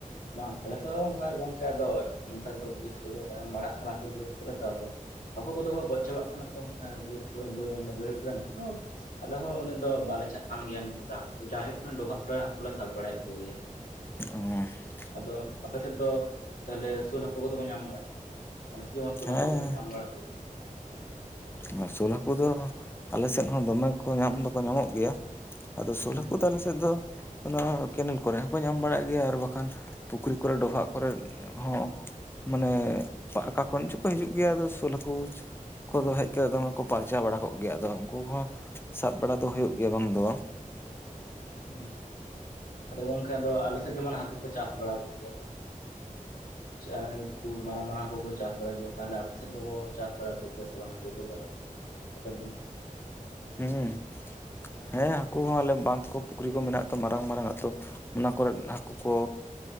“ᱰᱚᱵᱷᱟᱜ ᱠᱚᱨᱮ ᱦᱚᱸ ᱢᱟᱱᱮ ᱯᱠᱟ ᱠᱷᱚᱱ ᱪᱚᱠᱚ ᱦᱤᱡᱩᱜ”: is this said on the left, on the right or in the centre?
Left